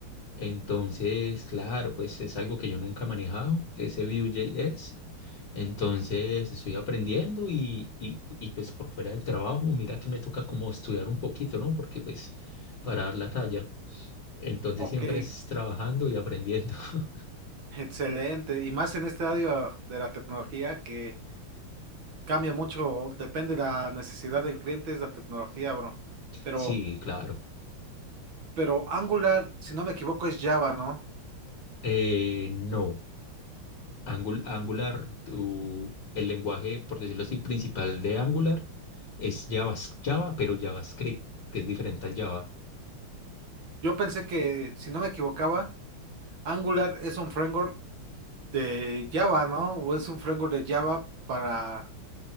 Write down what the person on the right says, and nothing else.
Ok.
Excelente, y más en este área de la tecnología que cambia mucho, depende de la necesidad del cliente, es la tecnología, bro. Pero,
pero Angular, si no me equivoco, es Java, ¿no?
Yo pensé que, si no me equivocaba, Angular es un framework de Java, ¿no? O es un framework de Java para,